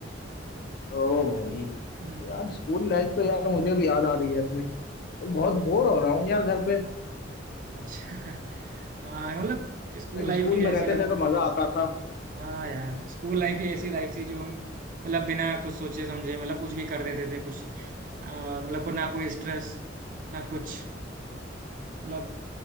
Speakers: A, on the left; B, on the right.
A: ओ भाई
B: हम्म,
A: यार स्कूल लाइफ तो यार मुझे भी याद आ रही है अपनी बहुत बोर हो रहा हूँ यार घर पे
B: अच्छा <laughs> हाँ मतलब स्कूल
A: लाइक
B: लाइफ
A: स्कूल
B: ही
A: में
B: ऐसी
A: रहते
B: लाइफ
A: थे तो मजा आता था
B: हाँ यार स्कूल लाइफ ही ऐसी लाइफ थी जो हम मतलब बिना कुछ सोचे समझे मतलब कुछ भी कर देते थे कुछ अ, मतलब को ना कोई स्ट्रेस ना कुछ मतलब